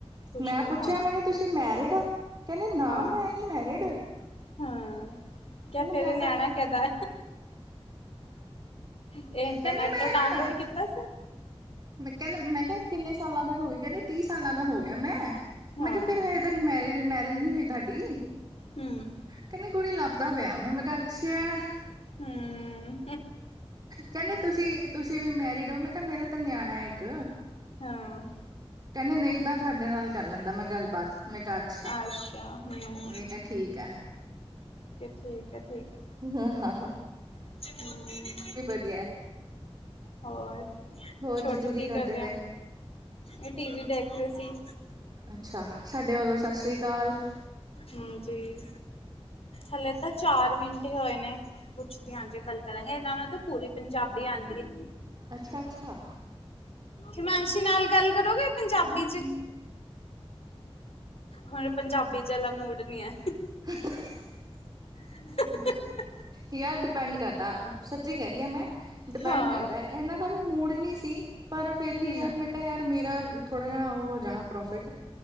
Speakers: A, on the left; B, on the right.
A: ਕੁਛ
B: ਮੈਂ
A: ਨੀ
B: ਪੁੱਛਿਆ,
A: ਹੋਣਾ
B: ਮੈਂ ਕਿਹਾ ਤੁਸੀਂ ਮੈਰਿਡ ਹੋ ਕਹਿੰਦੇ ਨਾ
A: ਹਾਂ
B: ਮੈਂ ਨੀ ਮੈਰਿਡ
A: ਹਾਂ ਕਿਆ ਫੇਰ
B: ਮੈਂ
A: ਨਿਆਣਾ
B: ਤਾਂ
A: ਕਿਹਦਾ। ਇਹ ਇੰਟਰਨੈਟ
B: ਕਹਿੰਦੇ ਮੈਂ
A: ਡਾਊਨਲੋਡ
B: ਨਾ
A: ਕੀਤਾ ਸੀ।
B: ਮੈਂ ਕਹਿੰਦੇ, ਮੈਂ ਕਿਹਾ ਕਿੰਨੇ ਸਾਲਾਂ ਦੇ ਹੋ ਗਏ ਕਹਿੰਦੇ ਤੀਹ ਸਾਲਾਂ ਦਾ ਹੋ ਗਿਆ ਮੈਂ,
A: ਹਾਂ
B: ਮੈਂ ਕਿਹਾ ਫੇਰ ਹਜੇ ਤ ਮੈਰਿ ਮੈਰਿਜ ਨਹੀਂ ਹੋਈ ਤੁਹਾਡੀ।
A: ਹਮ।
B: ਕਹਿੰਦੇ ਕੁੜੀ ਲੱਭਦਾ ਪਿਆ ਮੈਂ, ਮੈਂ ਕਿਹਾ ਅੱਛਾ ਆ।
A: ਹਮ
B: ਕਹਿੰਦੇ ਤੁਸੀਂ, ਤੁਸੀਂ ਵੀ ਮੈਰਿਡ ਹੋ ਮੈਂ ਕਿਹਾ ਮੇਰਾ ਤਾਂ ਨਿਆਣਾ ਹੈ ਇੱਕ।
A: ਹਾਂ।
B: ਕਹਿੰਦੇ ਨਹੀਂ ਤਾਂ ਤੁਹਾਡੇ ਨਾਲ ਕਰ ਲੈਂਦਾ ਮੈਂ ਗੱਲਬਾਤ, ਮੈਂ ਕਿਹਾ ਅੱਛਾ,
A: ਅੱਛਾ ਹਮ
B: ਮੈਂ ਕਿਹਾ ਠੀਕ। ਕਾਹ।
A: ਠੀਕ -ਠੀਕ ਹੈ।
B: ਹਾਂ- ਹਾਂ -ਹਾਂ।
A: ਹਦੀ। <unintelligible>
B: ਵਧੀਆ।
A: ਹੋਰ,
B: ਹੋਰ
A: ਛੋਟੂ
B: ਜੀਜੂ
A: ਕੀ
B: ਕਰਦੇ
A: ਕਰ ਰਿਹਾ?
B: ਪਏ
A: ਏ ਟੀ ਵੀ ਦੇਖ ਰਹੇ ਸੀ।
B: ਅੱਛਾ ਸਾਡੇ ਵੱਲੋਂ ਸਤਿ ਸ੍ਰੀ ਅਕਾਲ
A: ਹਾਂਜੀ, ਹਲੇ ਤਾ ਚਾਰ ਮਿੰਟ ਈ ਹੋਏ ਨੇ। ਪੁੱਛਦੇ ਆਂ ਜੇ ਗੱਲ ਕਰਾਂਗੇ, ਇੰਨਾਂ ਨੂੰ ਤਾਂ ਪੂਰੀ ਪੰਜਾਬੀ ਆਉਂਦੀ ਏ।
B: ਅੱਛਾ, ਅੱਛਾ।
A: ਹਿਮਾਂਸ਼ੀ ਨਾਲ ਗੱਲ ਕਰੋਗੇ ਪੰਜਾਬੀ ਚ, ਹੁਨ ਪੰਜਾਬੀ ਜਾਲਾ ਮੂੜ ਨੀ ਐ।
B: <inaudible>
A: <inaudible>
B: ਯਾਰ ਡਪੈਂਡ ਕਰਦਾ, ਸੱਚੀ ਕੈ ਰੀ ਆਂ ਮੈਂ, ਡਿਪੈਂਡ
A: ਹਾਂ
B: ਕਰਦਾ ਏ। ਐਨਾ ਦਾ ਵੀ ਮੂੜ ਨੀ ਸੀ, ਪਰ ਫੇਰ ਵੀ
A: ਹੂੰ
B: ਯਾਰ ਮੈਂ ਤਾ ਯਾਰ ਮੇਰਾ ਥੋੜਾ ਜਾ ਹੋ ਜਾਨਾ ਪ੍ਰੋਫਿਟ